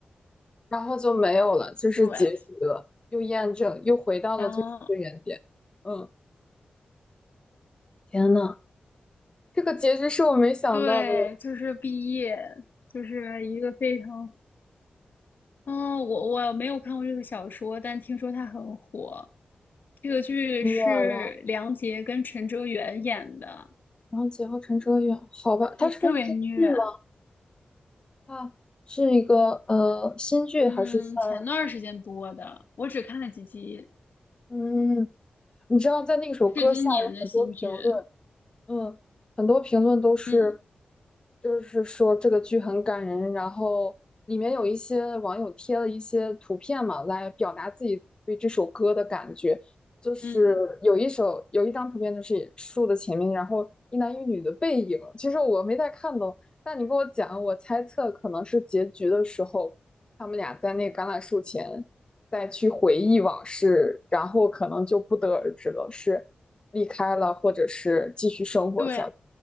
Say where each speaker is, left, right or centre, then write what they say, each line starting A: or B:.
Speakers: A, on the left; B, on the left.
A: 然后就没有了，就是结局了，
B: 对，
A: 又验证，又回到了最初的原点。
B: 然后
A: 嗯，天呐，这个结局是我没想到的。
B: 对，就是毕业，就是一个非常，嗯，我我没有看过这个小说，但听说它很火。这个剧是梁洁跟陈哲远演的，
A: 热了，然后劫后陈哲远，好吧，
B: 还特别虐。
A: 他是个新剧吗？它是一个呃新剧还是番？
B: 嗯，前段儿时间播的，我只看了几集，
A: 嗯，你知道在那首歌下有很多评论，
B: 是今年的新剧。
A: 嗯，很多评论都是，
B: 嗯
A: 就是说这个剧很感人，然后里面有一些网友贴了一些图片嘛，来表达自己对这首歌的感觉。就是有一首有一张图片，
B: 嗯，
A: 就是树的前面，然后一男一女的背影。其实我没太看懂，但你跟我讲，我猜测可能是结局的时候，他们俩在那橄榄树前再去回忆往事，然后可能就不得而知了。是。离开了，或者是继续生活下去。
B: 对，